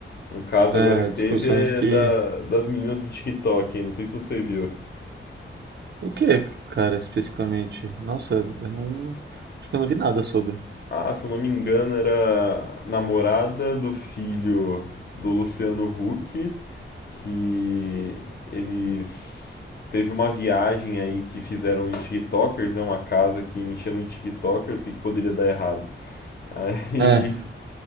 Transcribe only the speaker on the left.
Um caso
agora que teve
é
da, das meninas do TikTok, hein, não sei se você viu.
Ah, se eu não me engano, era namorada do filho do Luciano Huck, que eles teve uma viagem aí que fizeram os TikTokers, né, uma casa que encheram de TikTokers, o que que poderia dar errado? Aí,